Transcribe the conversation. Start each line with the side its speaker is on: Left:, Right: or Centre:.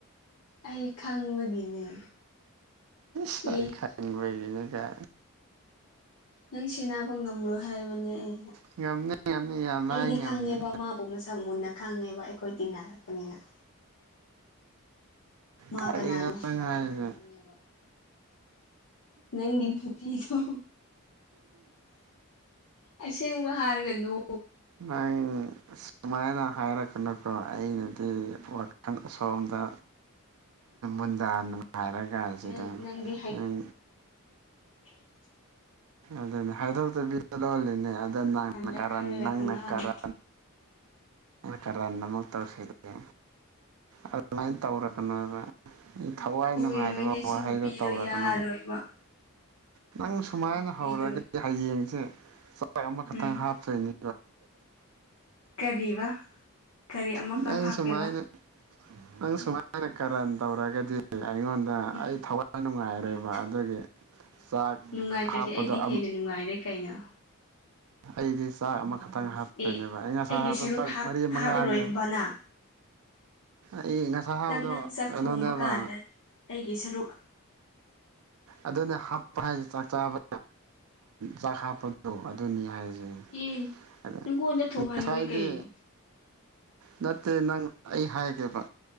Left: ꯑꯩ ꯈꯪꯕꯒꯤꯅꯦ
Right: ꯆꯥꯏ
Left: ꯑꯦ
Right: ꯈꯪꯅꯤꯡꯕ ꯏꯅꯒ
Left: ꯅꯪ ꯁꯦꯟꯅꯕ ꯉꯝꯂꯣꯏ ꯍꯥꯏꯕꯅꯦ ꯑꯩ
Right: ꯉꯝꯅꯤ ꯉꯝꯅꯤ ꯌꯥꯝ ꯂꯥꯏ
Left: ꯑꯩꯗꯤ
Right: ꯉꯝꯅꯤ
Left: ꯈꯪꯉꯦꯕ ꯃꯥꯕꯨ ꯃꯁꯛ ꯃꯨꯟꯅ ꯈꯪꯉꯦꯕ ꯑꯩꯈꯣꯏ ꯇꯤꯟꯅꯔꯛꯄꯅꯤꯅ <unintelligible> ꯃꯥ
Right: ꯀꯔꯤꯅꯣ
Left: ꯀꯅꯥꯅꯣ ꯍꯥꯏꯕ
Right: ꯅꯪ
Left: ꯑꯩ
Right: ꯍꯥꯏꯁꯦ
Left: ꯈꯪꯉꯦꯕ ꯅꯪ ꯏ ꯄꯤꯗꯣ ꯑꯁꯦ ꯎꯒ ꯍꯥꯔꯒꯣ
Right: ꯅ ꯁꯃꯥꯏꯅ ꯍꯥꯏꯔꯛꯀꯅꯀꯣ ꯑꯩꯅꯗꯤ ꯋꯥꯈꯜ ꯁꯣꯝꯗ
Left: ꯎꯝ
Right: ꯨꯟꯗꯥꯅ ꯍꯥꯏꯔꯒꯁꯤꯗ
Left: ꯅꯪ ꯅꯪꯗꯤ
Right: ꯎ
Left: ꯎꯝ
Right: ꯑꯗꯨꯅꯦ ꯍꯥꯏꯗꯣꯛꯇꯕꯤꯗ ꯂꯣꯜꯂꯤꯅꯦ ꯑꯗ
Left: ꯃꯊꯟꯗ
Right: ꯅꯪ ꯀ
Left: ꯈꯜꯂꯒ
Right: ꯅꯪꯅ
Left: ꯉꯥꯡꯉꯨ
Right: ꯀꯔ ꯀꯔꯗ ꯑꯃꯛ ꯇꯧꯁꯤꯒꯦ ꯑꯗꯨꯃꯥꯏꯅ ꯇꯧꯔꯛꯀꯅꯣꯕ ꯊꯋꯥꯏ
Left: ꯑꯣꯏꯔꯣꯏꯅꯦ
Right: ꯅꯨꯡꯉꯥꯏꯗꯕ
Left: ꯁꯤ
Right: ꯋꯥꯍꯩꯗꯣ
Left: ꯅꯨꯄꯤꯗꯣ
Right: ꯇꯧꯔꯛꯒꯅ
Left: ꯌꯥꯔꯣꯏꯕ ꯅꯪꯅ
Right: ꯅꯪ ꯁꯨꯃꯥꯏꯅ
Left: ꯍꯥꯏꯕ ꯅꯨꯄꯤꯗꯨ
Right: ꯍꯧꯔꯒꯗꯤ ꯍꯌꯦꯡꯁꯦ ꯆꯥꯛ ꯑꯃꯈꯛꯇꯪ
Left: ꯎꯝ
Right: ꯍꯥꯞꯇꯣꯏꯅꯤ
Left: ꯀꯔꯤꯕ ꯀꯔꯤ ꯑꯃꯈꯛ
Right: ꯅꯪ
Left: ꯍꯥꯞꯀꯦꯕ
Right: ꯁꯨꯃꯥꯏꯅ ꯅꯪ ꯁꯨꯃꯥꯏꯅ ꯀꯔ ꯇꯕ꯭ꯔꯒꯗꯤꯦ ꯑꯩꯉꯣꯟꯗ
Left: ꯎꯝ
Right: ꯑꯩ ꯊꯋꯥꯏ ꯅꯨꯡꯉꯥꯏꯔꯣꯏꯕ
Left: ꯎꯝ
Right: ꯑꯗꯨꯗꯒꯤ ꯆꯥꯛ
Left: ꯅꯨꯡꯉꯥꯏꯇ꯭ꯔꯗꯤ ꯑꯩꯗꯤ
Right: ꯑꯃ
Left: ꯍꯦꯟꯅ ꯅꯨꯡꯉꯥꯏꯔꯦ ꯀꯩꯅꯣ
Right: ꯑꯩꯗꯤ ꯆꯥꯛ ꯑꯃꯈꯛꯇꯪ ꯍꯥꯞꯇꯣꯏꯅꯦꯕ
Left: ꯑꯦ
Right: ꯑ ꯉꯁꯥ
Left: ꯑꯩꯒꯤ
Right: ꯍꯥꯕꯗ
Left: ꯁꯔꯨꯛ
Right: ꯆꯥꯛ
Left: ꯍꯥꯞ
Right: ꯃꯔꯤ ꯃꯉꯥꯅꯦ
Left: ꯍꯥꯞꯂꯔꯣꯏꯗꯕ ꯅꯪ
Right: ꯑꯩ ꯉꯁꯥ ꯍꯥꯕꯗꯣ
Left: ꯆꯥꯛ ꯅꯪ ꯆꯥꯛ
Right: ꯀꯩꯅꯣꯅꯦꯕ
Left: ꯊꯣꯡꯕ ꯀꯥꯟꯗ ꯑꯩꯒꯤ ꯁꯔꯨꯛ
Right: ꯑꯗꯨꯅ ꯍꯥꯞꯄ ꯍꯥꯏꯁꯦ ꯆꯥꯛ ꯆꯥꯕ ꯆꯥꯛ ꯍꯥꯞꯄꯗꯣ ꯑꯗꯨꯅꯤ ꯍꯥꯏꯁꯦ
Left: ꯏꯟ
Right: ꯑ
Left: ꯅꯪꯉꯣꯟꯗ ꯊꯣꯡꯍꯜꯂꯣꯏ
Right: ꯉꯁꯥꯏꯗꯤ
Left: ꯀꯩꯅꯣ
Right: ꯅꯠꯇꯦ ꯅꯪ ꯑꯩ ꯍꯥꯏꯒꯦꯕ